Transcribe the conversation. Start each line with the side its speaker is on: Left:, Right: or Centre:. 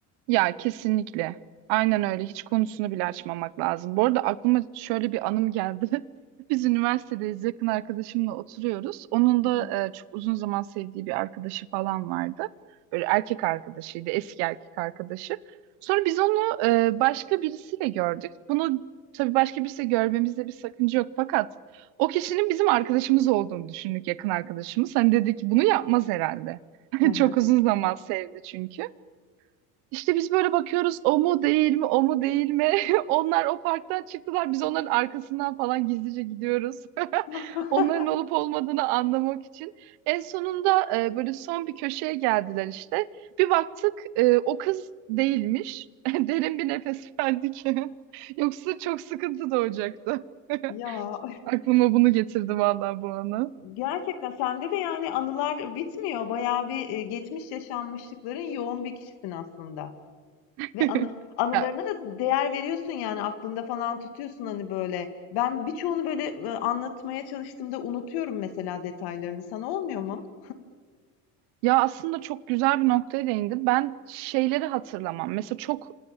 Right: Ya kesinlikle. Aynen öyle. Hiç konusunu bile açmamak lazım. Bu arada aklıma şöyle bir anım geldi. <laughs> Biz üniversitedeyiz. Yakın arkadaşımla oturuyoruz. Onun
Left: Hı hı.
Right: da e, çok uzun zaman sevdiği bir arkadaşı falan vardı. Böyle erkek arkadaşıydı. Eski erkek arkadaşı. Sonra biz onu e, başka birisiyle gördük. Bunu tabii başka birisiyle görmemizde bir sakınca yok. Fakat o kişinin bizim arkadaşımız olduğunu düşündük yakın arkadaşımız. Hani dedik bunu yapmaz herhalde. <laughs>
Left: Hı hı.
Right: Çok uzun zaman sevdi çünkü. İşte biz böyle bakıyoruz o mu değil mi o mu değil mi? <laughs> Onlar o parktan çıktılar biz onların arkasından falan gizlice gidiyoruz. <laughs>
Left: <laughs>
Right: Onların olup olmadığını anlamak için. En sonunda e, böyle son bir köşeye geldiler işte. Bir baktık e, o kız değilmiş. <laughs> Derin bir nefes verdik. <laughs> Yoksa çok sıkıntı doğacaktı. <laughs>
Left: Ya
Right: Aklıma bunu getirdi vallahi bu anı.
Left: gerçekten sende de yani anılar bitmiyor. Bayağı bir e, geçmiş yaşanmışlıkların yoğun bir kişisin aslında.
Right: <laughs>
Left: Ve anı, anılarına
Right: Ya
Left: da değer veriyorsun yani aklında falan tutuyorsun hani böyle. Ben birçoğunu böyle e, anlatmaya çalıştığımda unutuyorum mesela detaylarını. Sana olmuyor mu?
Right: Ya aslında çok güzel bir noktaya değindi. Ben şeyleri hatırlamam. Mesela çok